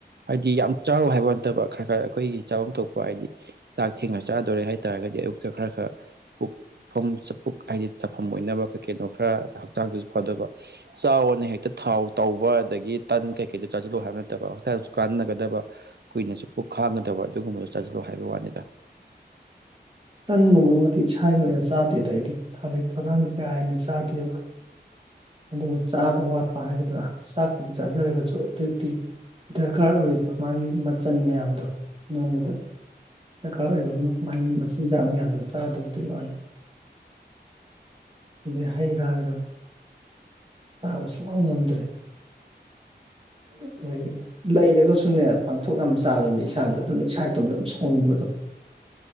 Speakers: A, on the right; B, on the right.
A: ꯍꯥꯏꯕꯗꯤ ꯌꯥꯝ ꯆꯥꯔꯣ ꯍꯥꯏꯕ ꯅꯠꯇꯕ ꯈꯔ ꯈꯔ ꯑꯩꯈꯣꯏꯒꯤ ꯆꯥꯐꯝ ꯊꯣꯛꯄ ꯍꯥꯏꯗꯤ ꯆꯥꯛ ꯊꯦꯡꯅ ꯆꯥꯗꯣꯔꯦ ꯍꯥꯏ ꯇꯥꯔꯒꯗꯤ ꯑꯌꯨꯛꯇ ꯈꯔ ꯈꯔ ꯄꯨꯛ ꯄꯨꯐꯝ ꯆ ꯄꯨꯛ ꯍꯥꯏꯗꯤ ꯆꯥꯐꯝ ꯑꯣꯏꯅꯕ ꯀꯩ ꯀꯩꯅꯣ ꯈꯔ ꯍꯛꯆꯥꯡꯗꯁꯨ ꯐꯗꯕ ꯆꯥꯎꯋꯅ ꯍꯦꯛꯇ ꯊꯥꯎ ꯇꯧꯕ ꯑꯗꯒꯤ ꯇꯟ ꯀꯩꯀꯩꯗ ꯆꯥꯁꯤꯜꯂꯎ ꯍꯥꯏꯕ ꯅꯠꯇꯕ ꯍꯛꯆꯥꯡꯁꯨ ꯀꯥꯟꯅꯒꯗꯕ ꯀꯨꯏꯅꯁꯨ ꯄꯨꯛ ꯈꯥꯡꯒꯗꯕ ꯑꯗꯨꯒꯨꯝꯕꯁꯨ ꯆꯥꯁꯤꯜꯂꯎ ꯍꯥꯏꯕ ꯋꯥꯅꯤꯗ
B: ꯇꯟꯒꯨꯝꯕꯕꯨꯗꯤ ꯏꯁꯥꯒꯤ ꯑꯣꯏꯅ ꯆꯥꯗꯦꯗ ꯑꯩꯗꯤ ꯊꯥꯗꯛ ꯊꯧꯂꯥꯡꯗꯤ ꯀꯥ ꯍꯦꯟꯅ ꯆꯥꯗꯦꯕ ꯑꯗꯨꯒ ꯆꯥꯕ ꯋꯥꯠꯄ ꯍꯥꯏꯒꯗ꯭ꯔꯥ ꯆꯥꯛꯄꯨꯗꯤ ꯆꯥꯖꯔꯒꯁꯨ ꯑꯗꯨꯛꯇꯤ ꯗꯔꯀꯥꯔ ꯑꯣꯏꯔꯤꯕ ꯃꯥꯒꯤ ꯃꯆꯜ ꯃꯌꯥꯝꯗꯣ ꯅꯣꯡꯃꯗ ꯗꯔꯀꯥꯔ ꯑꯣꯏꯕ ꯃꯆꯤꯟꯖꯥꯛ ꯃꯌꯥꯝꯗ ꯆꯥꯗꯕꯗꯤ ꯋꯥꯂꯦ ꯑꯗꯩ ꯍꯩ ꯔꯥꯗ ꯆꯥꯕ ꯁꯨꯡ ꯉꯝꯗ꯭ꯔꯦ ꯑꯗꯒꯤ ꯂꯩꯔꯒꯁꯨꯅꯦ ꯄꯥꯡꯊꯣꯛ ꯌꯥꯝ ꯆꯥꯃꯦꯕ ꯏꯁꯥꯁꯦ ꯑꯗꯨꯅ ꯏꯁꯥ ꯏꯇꯣꯝꯇ ꯑꯗꯨꯝ ꯁ ꯍꯣꯡꯕꯗꯣ